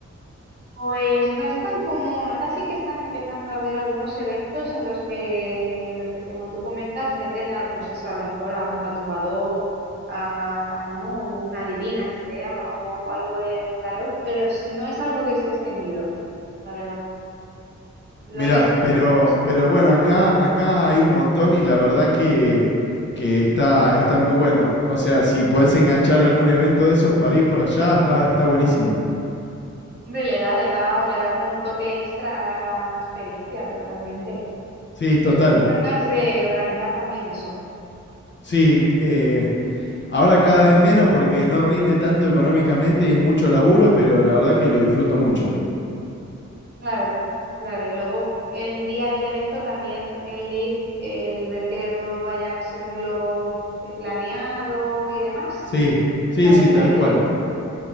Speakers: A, on the right; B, on the left.
A: Pues no es tan común. Ahora sí que están empezando a haber algunos eventos en los que, en los que, como tú comentas, meten al, pues eso, a lo mejor a un tatuador, a, ¿no? O una divina que se le llama, o algo del tarot, pero s- no es algo que esté extendido, la verdad. Lo
B: Mirá,
A: he visto. o
B: pero,
A: sea,
B: pero bueno, acá, acá hay un montón y la verdad que, que está, está muy bueno. O sea, si podés enganchar algún evento de esos para ir por allá, está, está buenísimo.
A: Hombre, le da, le da, le da como un toque extra a la experiencia, totalmente.
B: Sí, total.
A: Pero Tú te encargas de organizar también eso.
B: Sí, eh, ahora cada vez menos porque no rinde tanto económicamente y es mucho laburo, pero la verdad que lo disfruto mucho.
A: Claro, claro. Y luego el día del evento también el ir, el ver que todo vaya según lo eh, planeado y demás,
B: Sí,
A: también tiene que
B: sí,
A: estar
B: sí,
A: el día
B: tal
A: del
B: cual.
A: evento.